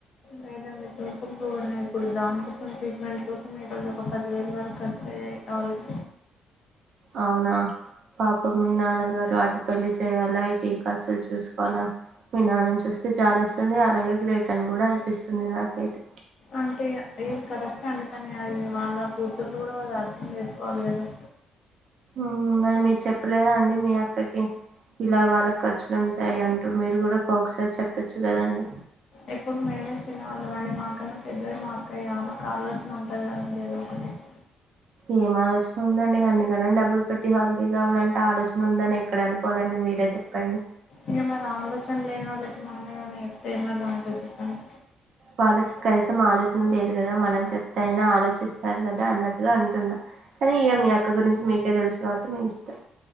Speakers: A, on the left; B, on the right.
A: లేదండి <unintelligible> ఉన్నాయి ఇప్పుడు దానికికో అంతె దాని కోసమే <unintelligible> ఒక పదివేల వరకు అ ఆల్ రు
B: అవునా పాపం మీ నాన్నగారు అటు పెళ్లి చేయాలా ఇటు ఈ ఖర్చులు చూసుకోవాలా మీ నాన్నని చూస్తే జాలేస్తుంది అలాగే గ్రేట్ అని గూడా అనిపిస్తుంది నాకైతే
A: అంటే ఇది కరెక్టే అండి కానీ అ వాళ్ళ కూతుర్లు గుడా అర్దం చేసుకోవాలి గదా
B: ఊహు మరి మీరు చెప్పలేదా అండి మీ అక్కకి ఇలా వాళ్ళ ఖర్చులు ఉంటాయి అంటూ మీరు గూడా కొ ఒక్కసారి చెప్పచ్చు గద అండి
A: ఇప్పుడు మేమే చిన్నవాళ్ళం అండి మాకన్నా పెద్దది మా అక్క ఇగ ఆమెకు ఆలోచన ఉంటది గద లేదొ బొటిక్
B: ఏం ఆలోచన ఉందండి <unintelligible> డబ్బులు పెట్టి హల్ది గావాలంటే ఆలోచన ఉందని ఎక్కడ అనుకోవాలండి మీరే చెప్పండి
A: ఇగ మరి ఆలోచన లేని వాళ్ళకి మనమ ఏమన్న చెప్తే ఏం అర్దమయితది జెప్పండి
B: వాళ్ళకి కనీసం ఆలోచ వుండేది గదా మనం చెప్తేఅయినా ఆలోచిస్తాది గదా అన్నట్టుగా అంటున్న కానీ ఇగ మీ గురించి మీకే తెలుసు కాబట్టి మీ ఇష్టం